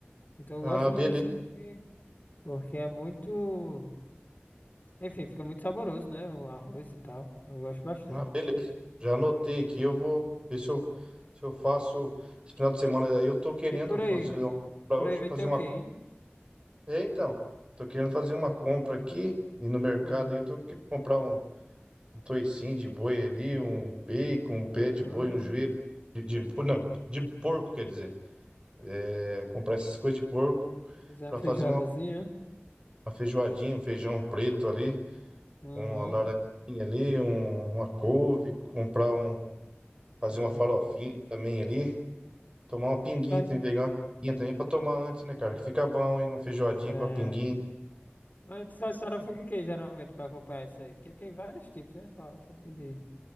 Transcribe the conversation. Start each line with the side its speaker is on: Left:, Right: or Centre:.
Left: Então
Right: Ah,
Left: eu gosto
Right: beleza.
Left: muito assim porque, porque é muito. Enfim, fica muito saboroso, né? O arroz e tal. Eu gosto bastante.
Right: Ah, beleza. Já anotei aqui, eu vou ver se eu, se eu faço esse final de semana daí. Eu tô querendo
Left: E por
Right: fazer
Left: aí?
Right: um, para
Left: Por
Right: hoje
Left: aí vai
Right: fazer
Left: ter o
Right: uma.
Left: quê, hein?
Right: É, então, tô querendo fazer uma compra aqui e no mercado
Left: Hum,
Right: aí eu tô querendo comprar um, um toicinho de boi ali, um bacon, um pé de
Left: hum,
Right: boi, um joelho de, de- não, de porco, quer dizer. É, comprar essas coisas de porco
Left: fazer
Right: para
Left: uma feijoadazinha.
Right: fazer uma, uma feijoadinha, um feijão preto ali,
Left: Uhum,
Right: com uma laranjinha
Left: é
Right: ali, um- uma couve, comprar um Fazer
Left: bom
Right: uma farofinha
Left: demais.
Right: também ali. Tomar uma pinguinha
Left: Faz.
Right: também, pegar uma pinguinha também pra tomar antes, né, cara? Que fica bom, hein? Uma feijoadinha
Left: É.
Right: com a pinguinha.
Left: Mas tu faz farofa de quê, geralmente, pra acompanhar isso aí? Porque tem vários tipos, né? Farofa de, de